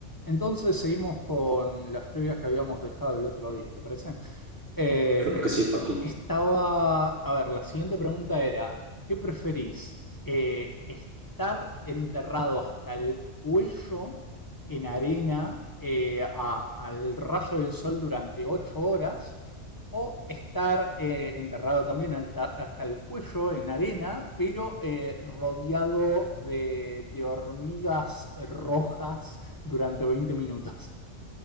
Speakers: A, on the left; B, on the right.
A: Entonces seguimos con las trivias que habíamos dejado el otro día, ¿te parece? Eh,
B: Claro que sí, Joaquín.
A: estaba, a ver, la siguiente pregunta era, ¿qué preferís? Eh, ¿estar enterrado hasta el cuello en arena eh, a- al rayo del sol durante ocho horas o estar eh, enterrado también alta- hasta el cuello en arena, pero eh, rodeado de, de hormigas rojas durante veinte minutos.